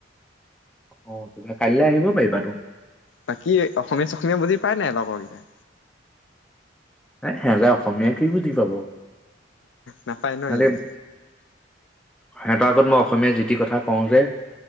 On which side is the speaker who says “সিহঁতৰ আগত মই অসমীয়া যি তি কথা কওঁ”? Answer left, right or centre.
Centre